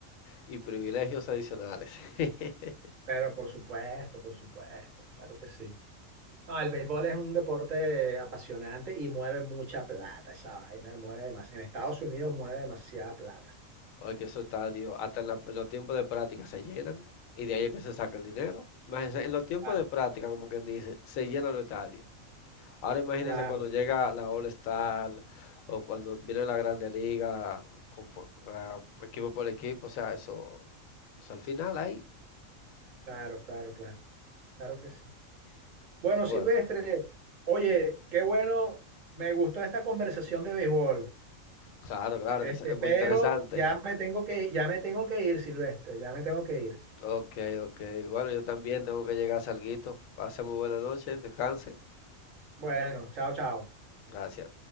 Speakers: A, on the left (about 75°); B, on the right (about 70°).
A: y privilegios adicionales. <laughs>
B: Pero por supuesto, por supuesto, claro que sí. No, el béisbol es un deporte apasionante y mueve mucha plata. Esa vaina mueve más. En Estados Unidos mueve demasiada plata.
A: Porque esos estadios, hasta en, la- en los tiempos de práctica se llenan y de ahí es que se saca el dinero. Imagínense, en los tiempos
B: Claro,
A: de práctica, como quien dice, se llenan los estadios. Ahora imagínense
B: claro,
A: cuando llega la All-Star o cuando viene la Grande Liga, con- por- ah, equipo por equipo, o sea, eso, eso al final ahí,
B: claro, claro, claro. Claro que sí. Bueno,
A: bueno.
B: Silvestre, oye, qué bueno. Me gustó esta conversación de béisbol.
A: Claro, claro,
B: Este,
A: que es es
B: pero
A: muy interesante.
B: ya me tengo que, ya me tengo que ir, Silvestre. Ya me tengo que ir.
A: Ok, ok. Bueno, yo también tengo que llegar a salguito. Pase muy buena noche, descanse.
B: Bueno, chao, chao.
A: Gracias.